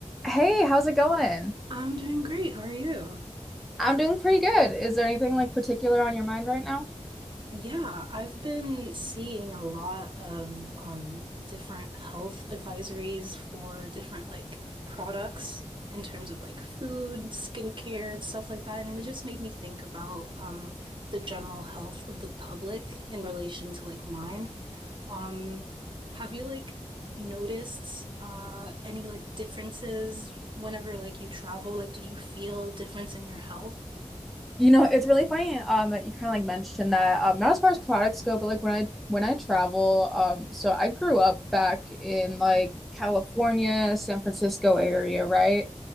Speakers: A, in the centre; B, on the right.
A: Hey, how's it going?
B: I'm doing great. How are you?
A: I'm doing pretty good. Is there anything like particular on your mind right now?
B: Yeah, I've been seeing a lot of um, different health advisories for different like products in terms of like food, skincare, and stuff like that. And it just made me think about um, the general health of the public in relation to like mine. Um, have you like noticed uh, any like differences whenever like you travel? Like, do you feel a difference in your health?
A: You know, it's really funny um that you kind of like mentioned that um not as far as products go, but like when I when I travel um so I grew up back in like California, San Francisco area, right?